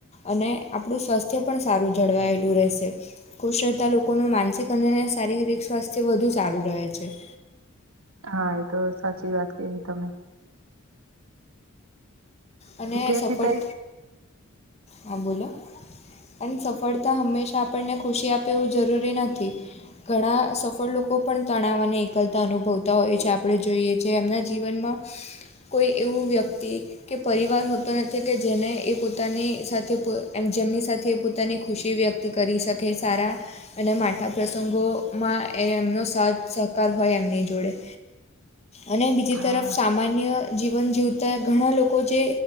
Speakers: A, on the left (about 30°); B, on the right (about 75°).
A: અને આપણું સ્વાસ્થ્ય પણ સારું જળવાયેલું રહેશે. ખુશ થતાં લોકોનું માનસિક અને શારીરિક સ્વાસ્થ્ય વધુ સારું રહે છે.
B: હા એ તો સાચી વાત કીધી તમે
A: અને
B: વિદ્યાર્થી
A: સફળ
B: તરીકે
A: હા બોલો અને સફળતા હંમેશા આપણને ખુશી આપે એવું જરૂરી નથી. ઘણા સફળ લોકો પણ તણાવ અને એકલતા અનુભવતા હોય છે આપણે જોઈએ જે એમના જીવનમાં કોઈ એવું વ્યક્તિ કે પરિવાર હોતો નથી કે જેને એ પોતાની સાથે એમ જેમની સાથે પોતાની ખુશી વ્યક્ત કરી શકે સારા અને માઠા પ્રસંગોમાં એમનો સાથ સહકાર હોય એમની જોડે અને બીજી
B: હા
A: તરફ સામાન્ય જીવન જીવતા ઘણા લોકો જે